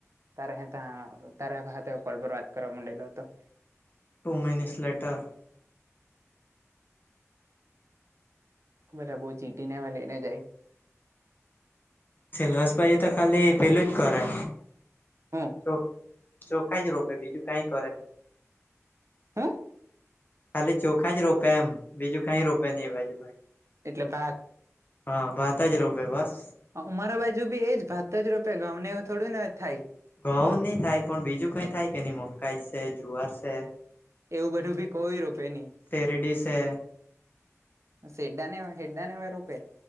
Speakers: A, on the right; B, on the left.
A: તારે હે ત્યા, તારા હાતે કોલ પર વાત કરવા માંડેલો હતો.
B: Two મિનસ letter.
A: બધા બો જીતીને આવે, લઈને જાય
B: સેલવાસ બાજુ તો ખાલી પેલું જ ગણાય.
A: હું
B: ચો ચોખા જ રોપે, બીજું કઈ કરે ની.
A: હું
B: ખાલી ચોખા જ રોપે એમ, બીજું કઈ રોપે ની ભાઈ.
A: એટલે ભાત
B: હા, ભાત જ રોપે બસ.
A: અમારા બાજુ બી એજ ભાત જ રોપે, ઘઉં ને એવું થોડું ન થાય.
B: ઘઉંની થાય પણ બીજું કઈ થાય કે નઈ મકાઈ છે, જુવાર છે?
A: એવું બધું ભી કોઈ રોપે ની.
B: શેરડીસે
A: શેરડા ને હૈડા ને એવા રોપે